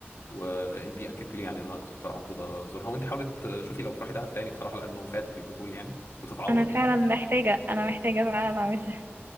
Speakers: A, on the left; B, on the right.
A: وأنتي أكدت لي يعني إن أنا كنت بصراحة المفروض أزورها وأنتي حاولت تشوفي لو تروحي دهب تاني بصراحة لأنه فاتك البلو هول يعني وتتعوض
B: انا فعلا
A: يعني
B: محتاجة انا محتاجة فعلا اعملها